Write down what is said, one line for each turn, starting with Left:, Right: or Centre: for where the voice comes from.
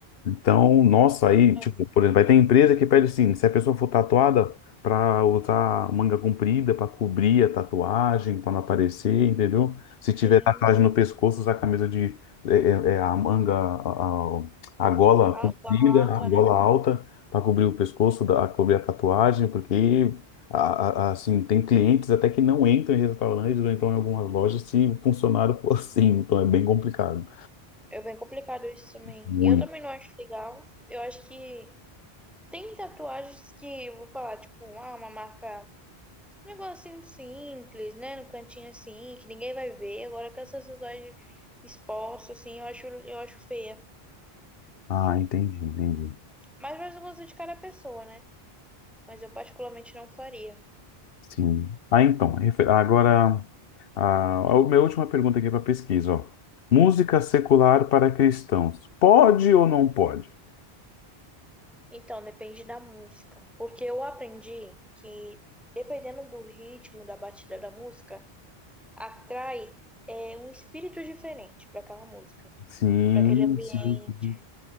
Left: Então, nossa, aí,
Centre: é,
Left: tipo, por exemplo, vai ter empresa que pede assim, se a pessoa for tatuada, para usar manga comprida, para cobrir a tatuagem, para não aparecer, entendeu? Se tiver
Centre: sim,
Left: tatuagem no pescoço, usar camisa de eh, eh, eh, a manga, a, a gola
Centre: a-
Left: comprida,
Centre: da alta,
Left: a gola
Centre: né?
Left: alta, para cobrir o pescoço, da- cobrir a tatuagem, porque a- a- assim tem clientes até que não entram em restaurantes ou então em algumas lojas se o funcionário for assim, então é bem complicado.
Centre: É bem complicado isso também.
Left: Muito.
Centre: E eu também não acho legal. Eu acho que tem tatuagens que, eu vou falar, tipo, ah, uma marca, um negocinho simples, né? No cantinho assim, que ninguém vai ver. Agora com essas tatuagens expostas, assim, eu acho, eu acho feia.
Left: Ah, entendi, entendi.
Centre: Mas vai do gosto de cada pessoa, né? Mas eu particularmente não faria.
Left: Sim. Ah, então, refer- agora a, a minha última pergunta aqui para pesquisa, ó. Música secular para cristãos. Pode ou não pode?
Centre: Então, depende da música. Porque eu aprendi que, dependendo do ritmo da batida da música, atrai é, um espírito diferente para aquela música,
Left: Sim,
Centre: para aquele ambiente.
Left: sim, sim.